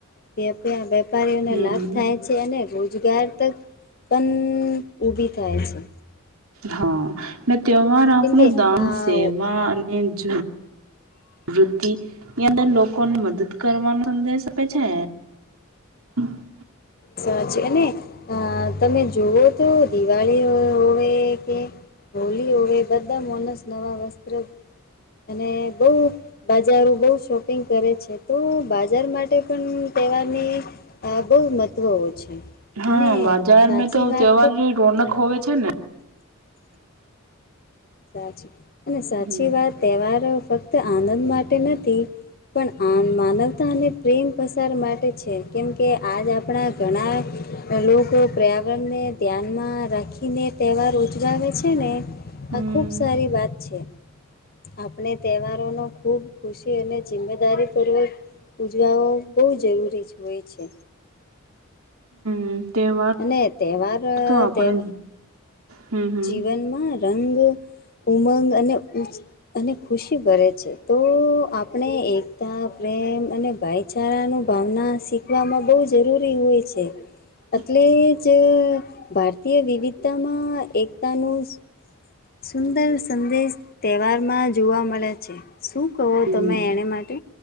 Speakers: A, on the left (about 45°); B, on the right (about 85°).
A: વે વેેપારીઓને
B: હમ
A: લાભ થાય છે, અને રોજગાર તક પન ઉભી થાય છે.
B: હ ને તહેવાર આપણું
A: કેમકે
B: દાન
A: આ
B: સેવા અને જ વૃત્તિ ની અંદર લોકોને મદદ કરવાનો સંદેશ આપે છે. <inaudible>
A: સાચી અને અ તમે જુઓ તો દિવાળી હોવે કે હોલી હોવે બધા મોનસ નવા વસ્ત્ર અને બોવ બજારો બોવ શોપિંગ કરે છે, તો બાજાર માટે પણ તહેવારની આ બહુ મહત્વ ઓ છે.
B: હા
A: અને
B: બજારમે
A: સાચી
B: તો
A: વાત
B: તહેવાર રોનક હોવે છે, ને
A: સાચી અને સાચી
B: હમ
A: વાત તહેવારો ફક્ત આનંદ માટે નથી પણ આ માનવતા અને પ્રેમ પસાર માટે છે, કેમ કે આજ આપણા ઘણા લોકો પર્યાવરણને ધ્યાનમાં રાખીને તહેવાર ઉજગાવે છે, ને
B: હમ
A: આ ખૂબ સારી વાત છે આપણે તહેવારો ને ખૂબ ખુશી અને જિમ્મેદારી પૂર્વક ઉજવાવો બહુ જરૂરી હોય છે
B: હમ તહેવાર
A: અને તહેવાર
B: તો આપણે
A: તહેવા
B: હમ હમ
A: જીવનમાં રંગ, ઉમંગ અને ઉ અને ખુશી ભરે છે, તો આપણે એકતા, પ્રેમ અને ભાઈ બચારાનું ભાવના શીખવામાં બોવ જરૂરી હોય છે.
B: હ
A: એટલે જ ભારતીય વિવિધતામાં એકતાનું સુંદર સંદેશ તહેવારમાં જોવા મળે છે શું કહો
B: હમ
A: તમે એને માટે